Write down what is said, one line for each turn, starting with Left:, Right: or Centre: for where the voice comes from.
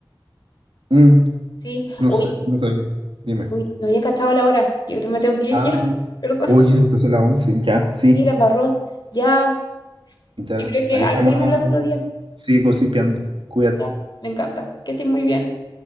Right: Mm,
Left: Sí,
Right: no
Left: uy,
Right: sé, no sabía. Dime.
Left: uy, no había cachado la hora. Yo creo que me tengo que
Right: Ah,
Left: ir ya, <laughs> perdón.
Right: oye, después de la 11, ya, sí.
Left: Y la embarró, ya.
Right: Ya,
Left: Yo creo que
Right: ahí
Left: ahí
Right: estamos,
Left: seguimos hablando otro día.
Right: sí, gossipeando. Cuídate.
Left: Ya, me encanta. Que estés muy bien.